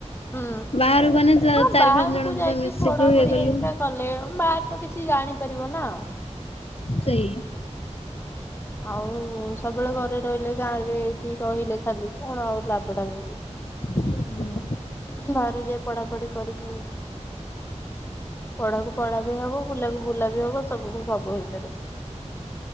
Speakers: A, on the left (about 20°); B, on the left (about 55°).
A: ହୁଁ
B: ବାହାରକୁ ଗଲେ
A: ହଁ
B: ଚାରି
A: ବାହାରକୁ
B: ପାଞ୍ଚ ଜଣଙ୍କ
A: ଯାଇକି
B: ସହିତ ମିଶିଲୁ
A: ପଢାପଢି
B: ଇଏ କଲୁ
A: ହେରିକା କଲେ ବା ତ କିଛି ଜାଣିପାରିବ ନା।
B: ସେଇ
A: ଆଉ ସବୁବେଳେ ଘରେ ରହିଲେ ଗାଁରେ ଏଇଠି ରହିଲେ ଖାଲି କଣ ଆଉ ଲାଭଟା ମି
B: ହୁଁ।
A: ବାହାରୁ ଯାଇ ପଢାପଢି କରିକି ପଢାକୁ ପଢା ବି ହବ ବୁଲାକୁ ବୁଲା ବି ହବ ସବୁ ସବୁ ହେଇ